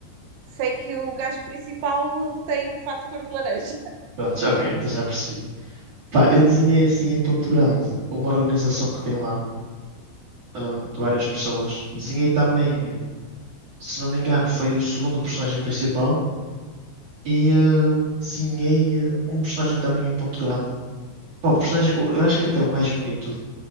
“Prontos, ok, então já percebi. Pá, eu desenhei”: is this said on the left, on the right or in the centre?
Right